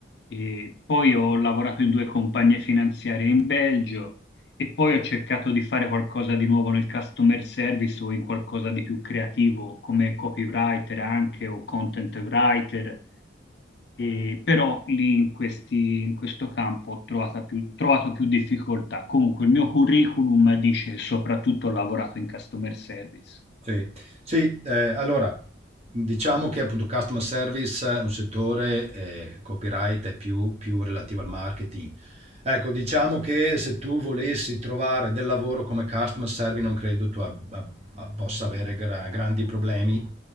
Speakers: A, on the left; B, on the right.
A: e poi ho lavorato in due compagnie finanziarie in Belgio. E poi ho cercato di fare qualcosa di nuovo nel customer service o in qualcosa di più creativo come copywriter anche o content writer, e però lì in questi- in questo campo ho trovata più- trovato più difficoltà. Comunque il mio curriculum dice soprattutto ho lavorato in customer service.
B: Sì, sì, eh, allora diciamo che appunto customer service è un settore, eh, copyright è più, più relativo al marketing. Ecco, diciamo che se tu volessi trovare del lavoro come customer service non credo tu ab- ab- ab- possa avere gra- grandi problemi.